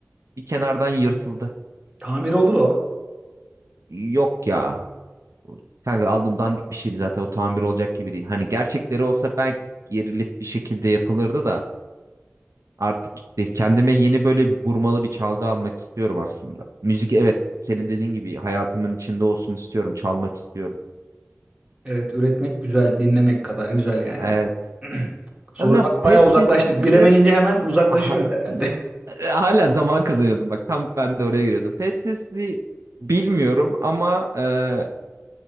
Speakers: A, on the right; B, on the right.
A: Bir kenardan yırtıldı.
B: Tamir olur o.
A: Yok ya. Kanka aldım dandik bir şeydi zaten o tamir olacak gibi değil. Hani gerçekleri olsa belki gerilip bir şekilde yapılırdı da. Artık gitti. Kendime yeni böyle bir vurmalı bir çalgı almak istiyorum aslında. Müzik evet senin dediğin gibi hayatımın içinde olsun istiyorum. Çalmak istiyorum.
B: Evet, üretmek güzel, dinlemek kadar güzel yani.
A: Evet.
B: Be. <clears throat> Sorudan
A: Ama pes
B: bayağı uzaklaştık.
A: sesli
B: Bilemeyince
A: de
B: hemen uzaklaşıyorsun
A: aha,
B: herhalde.
A: <laughs> hala zaman kazanıyordum. Bak tam ben de oraya giriyordum. Pes sesli bilmiyorum ama e,